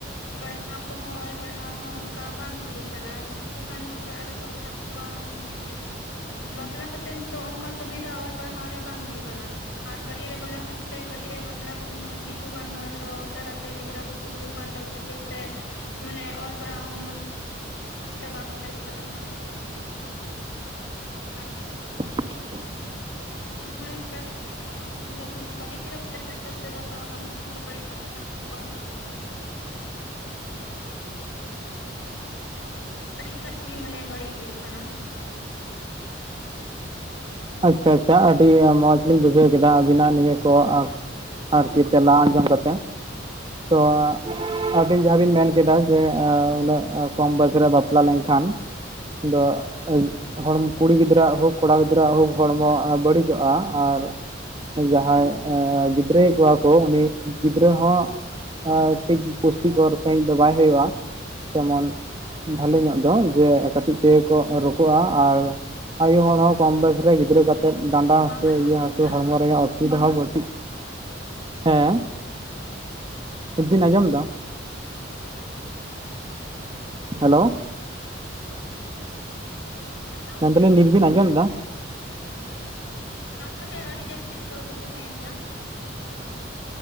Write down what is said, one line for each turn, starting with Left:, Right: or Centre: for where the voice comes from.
Left: ᱯᱟᱲᱦᱟᱣ ᱠᱚᱦᱚᱸ ᱚᱞ ᱯᱟᱲᱦᱟᱣ ᱦᱚᱸ ᱚᱱᱠᱟ ᱵᱟᱝ ᱦᱩᱭᱩᱜ ᱠᱟᱱᱟ, ᱠᱤᱪᱷᱩᱜᱟᱱ ᱚᱲᱟᱜ ᱨᱮᱫᱚ ᱢᱮᱱᱟᱜ ᱠᱚᱣᱟ ᱢᱟᱱᱮ ᱵᱟᱯᱞᱟ ᱠᱟᱛᱮ ᱫᱚ ᱚᱱᱠᱟ ᱥᱩᱵᱤᱫᱷᱟ ᱚᱞ ᱯᱟᱲᱦᱟᱣ ᱨᱮ ᱵᱟᱝ ᱦᱳᱭ ᱠᱟᱱᱟ ᱟᱨ ᱠᱟᱹᱴᱤᱡ ᱨᱮ ᱵᱟᱞᱟ ᱠᱷᱟᱹᱛᱤᱨ ᱛᱮ ᱠᱟᱹᱴᱤᱡ ᱨᱮ ᱵᱟᱯᱞᱟ ᱠᱷᱟᱹᱛᱤᱨ ᱠᱤᱪᱷᱩᱜᱟᱱ ᱦᱚᱲᱫᱚ ᱩᱥᱟᱹᱨᱟᱛᱮ ᱜᱤᱫᱽᱨᱟᱹ ᱠᱚᱠᱚ ᱦᱩᱭᱩᱜ ᱠᱟᱱ ᱛᱟᱠᱚ ᱠᱷᱟᱹᱛᱤᱨ ᱛᱮ ᱢᱟᱱᱮ ᱚᱞ ᱯᱟᱲᱦᱟᱣ ᱦᱚᱸ <inaudible>
Right: <inaudible>
Left: ᱚᱱᱠᱟ ᱞᱮᱠᱟ ᱠᱟᱛᱮᱜ ᱦᱚᱲᱢᱚ ᱠᱚᱦᱚᱸ ᱠᱟᱹᱴᱤᱡ ᱵᱟᱯᱞᱟ ᱦᱤᱥᱟᱹᱵ ᱛᱮᱫᱚ ᱦᱚᱲᱢᱚ ᱠᱚᱦᱚᱸ <inaudible> ᱠᱚᱣᱟ᱾ <inaudible> ᱟᱹᱰᱤ ᱜᱟᱱ ᱜᱮ ᱢᱟᱱᱮ ᱵᱟᱹᱲᱤᱡ ᱦᱳᱭᱳᱜ ᱠᱟᱱᱟ᱾
Right: ᱟᱪᱪᱷᱟ ᱟᱪᱪᱷᱟ ᱟᱹᱰᱤ ᱢᱚᱸᱡᱽ ᱞᱤᱧ ᱵᱩᱡᱷᱟᱹᱣ ᱠᱮᱫᱟ ᱟᱹᱵᱤᱱᱟᱜ ᱱᱤᱭᱟᱹ ᱠᱚ ᱟᱨᱠᱤ ᱛᱮᱞᱟ ᱟᱸᱡᱚᱢ ᱠᱟᱛᱮ, ᱛᱚ ᱟᱹᱵᱤᱱ ᱡᱟᱦᱟᱸ ᱵᱤᱱ ᱢᱮᱱ ᱠᱮᱫᱟ ᱡᱮ ᱩᱱᱟᱹᱜ ᱠᱚᱢ ᱵᱮᱥ ᱨᱮ ᱵᱟᱯᱞᱟ ᱞᱮᱱᱠᱷᱟᱱ, ᱫᱚ ᱦᱚᱲ ᱠᱩᱲᱤ ᱜᱤᱫᱽᱨᱟᱹᱣᱟᱜ ᱦᱳᱠ ᱠᱚᱲᱟ ᱜᱤᱫᱽᱨᱟᱹᱣᱟᱜ ᱦᱳᱠ ᱦᱚᱲᱢᱚ ᱵᱟᱹᱲᱤᱡᱚᱜᱼᱟ ᱟᱨ ᱡᱟᱦᱟᱸᱭ ᱜᱤᱫᱽ ᱨᱟᱹᱭᱮᱫ ᱠᱚᱣᱟ ᱠᱚ ᱩᱱᱤ ᱜᱤᱫᱽᱨᱟᱹ ᱦᱚᱸ ᱟᱸᱻ ᱴᱷᱤᱠ ᱯᱩᱥᱴᱤᱠᱚᱨ ᱥᱟᱺᱦᱤᱡ ᱫᱚ ᱵᱟᱭ ᱦᱩᱭᱩᱜᱼᱟ ᱛᱮᱢᱚᱱ ᱵᱷᱟᱞᱮ ᱧᱚᱜ ᱫᱚ ᱡᱮ ᱠᱟᱹᱴᱤᱡ ᱛᱮᱠᱚ ᱨᱳᱠᱚᱜᱼᱟ ᱟᱨᱼᱼ ᱟᱭᱩ ᱦᱚᱲ ᱦᱚᱸ ᱠᱚᱢ ᱵᱚᱭᱮᱥ ᱨᱮ ᱜᱤᱫᱽᱨᱟᱹ ᱠᱟᱛᱮᱫ ᱰᱟᱸᱰᱟ ᱦᱟᱹᱥᱩ
Left: ᱵᱟᱝ ᱟᱸᱡᱚᱢᱚᱜ
Right: ᱤᱭᱟᱹ
Left: ᱠᱟᱱᱟ
Right: ᱦᱟᱹᱥᱩ
Left: ᱛᱷᱚᱲᱟ
Right: ᱦᱚᱲᱢᱚ ᱨᱮᱭᱟᱜ ᱚᱥᱼᱼ ᱩᱵᱤᱫᱦᱟ ᱦᱚᱸ ᱵᱟᱲᱛᱤ ᱦᱮᱸ? ᱦᱤᱛ ᱵᱤᱱ ᱟᱸᱡᱚᱢ ᱫᱟ? ᱦᱮᱞᱳ
Left: ᱦᱮᱸ <inaudible>
Right: ᱢᱮᱱᱫᱟᱞᱤᱧ ᱱᱤᱛᱵᱤᱱ ᱟᱸᱡᱚᱢ ᱫᱟ?
Left: ᱛᱟᱯᱳ ᱨᱮ ᱟᱹᱰᱤ ᱡᱟᱹᱥᱛᱤ ᱯᱨᱚᱵᱞᱮᱢ ᱮ ᱮᱢ ᱫᱟ᱾